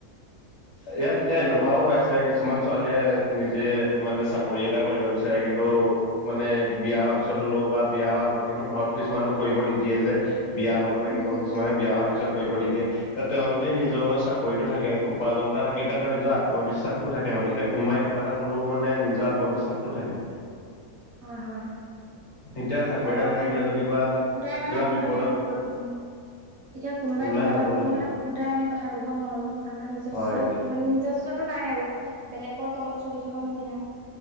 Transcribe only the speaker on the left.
ইয়াত এতিয়া এনেকুৱাও হৈ আছে কিছুমান ছোৱালীয়ে নিজে মানে চাকৰি এটা কৰিব বিচাৰে কিন্তু মানে বিয়া হোৱা পিছত হলেও বা বিয়া হোৱাৰ আগত কিন্তু ঘৰত কিছুমানক কৰিব নিদিয়ে যে। বিয়া হ'ব লাগিব
কিছুমানে বিয়া হোৱাৰ পিছত কৰিব নিদিয়ে তে তেওঁ যদি নিজৰ চাকৰি জনন্তা থাকে তাত টা নিজৰ আত্মবিশ্বাস টো থাকে মানে এতিয়া কোনোবাই কিবা এটা কলেও মানে নিজৰ আত্মবিশ্বাসটো থাকে।
এতিয়া চাকৰি
এটা নাথাকিলে
যেনিবা
কিবা বিপদত
ওলাই
যাব
লাগে
হয় এতিয়া